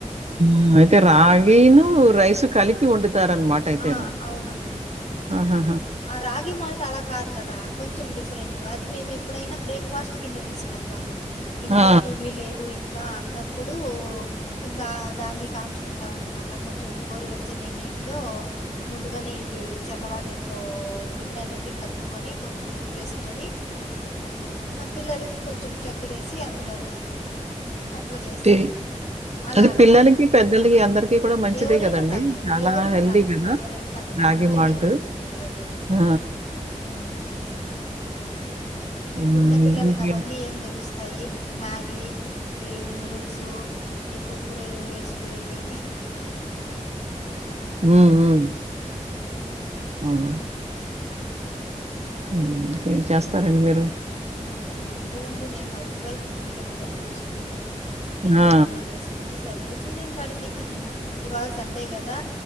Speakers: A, on the right; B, on the left.
A: ఉమ్ అయితే రాగిను. రైస్ కలిపి వండుతారనమాట అయితేను
B: ఆ అవునవును
A: ఆహా.
B: ఆ రాగి మాల్. ట అలా కాదు కదా కొంచం డిఫరెంట్ అది మేము ఎప్పుడైనా బ్రేక్ఫాస్ట్ కింద తీసుకుంటాము. ఇంట్లో
A: ఆ!
B: ఏమి లేదు ఇంకా అన్నప్పుడు ఇంగ దాన్ని. కాంచుకుంటాంనమాట కొంచం గోరువేచ్చని నీటిలో ముందుగానే ఇది చల్ల వాటర్. తో ఈ పిండి అనేది కలుపుకొని కొంచెం ఉప్పేసుకొని. ఆ పిల్లలకి కొంచం చక్కెరయేసి అందులోనే. అట్లా చేస్తాం
A: టి
B: అనమాట అలా
A: అది
B: అట్లా
A: పిల్లలకి, పెద్దలకి అందరికీ కూడా మంచిదే
B: ఎవురైనా
A: గదండీ!
B: తాగుతారు
A: చాలా
B: ఎవరైనా. న
A: హెల్తీ
B: తగ్
A: గదా!
B: ఎవరైనా తాగొచ్చు
A: రాగి
B: మంచి
A: మాల్ట్.
B: హెల్తీ ఫుడ్ అండి అది.
A: ఆ!
B: మ్మ్
A: ఆ!
B: ఇప్పుడున్న పిల్లలకి
A: ఇంకే
B: అవన్నీ ఏం తెలుస్తాయి మ్యాగీ. ఈ నూడుల్స్ ఈ కుర్కురేలు లేస్లు ఇవి.
A: ఉమ్ ఉమ్. అవును.
B: ఆహ్.
A: ఉమ్ ఇంకేంటీ చస్తారండి మీరు.
B: ఇంకేం లేదండి నేను హౌస్ వైఫ్ ఇంట్లో పిల్లల్ని చూసుకుంటూ. ఇంట్లో
A: ఆ!
B: పనులు చేసుకుంటూ సరిప్. పోతుంది ఇంకాడికి ఇవాళ సండే కదా